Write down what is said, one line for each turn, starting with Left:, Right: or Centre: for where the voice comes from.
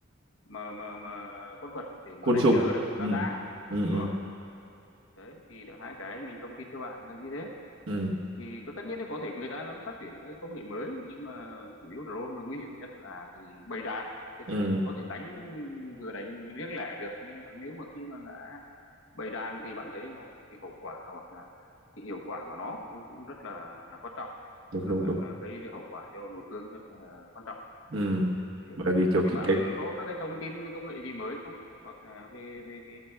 Left: mà mà mà con vật để
Right: côn
Left: mà đánh
Right: trùng
Left: lừa được
Right: ừ
Left: radar
Right: ừ
Left: đúng
Right: ừ
Left: rồi đấy thì được hai cái mình thông tin cho bạn là như thế
Right: ừ
Left: thì có tất nhiên là có thể người ta nó phát triển các cái công nghệ mới nhưng mà chủ yếu drone nó nguy hiểm nhất là cái bầy đàn tức
Right: ừ
Left: là có thể đánh vừa đánh riêng lẻ được nhưng mà nếu mà khi mà đã bầy đàn thì bạn thấy nó cái hậu quả hoặc là cái hiệu quả của nó cũng cũng rất là là quan trọng
Right: đúng đúng
Left: rất là,
Right: đúng
Left: là gây hậu quả cho đối phương rất là quan trọng
Right: ừ
Left: đấy
Right: bởi vì kiểu
Left: thì
Right: cái
Left: bạn
Right: cái
Left: có các cái thông tin công nghệ gì mới không hoặc là về về cái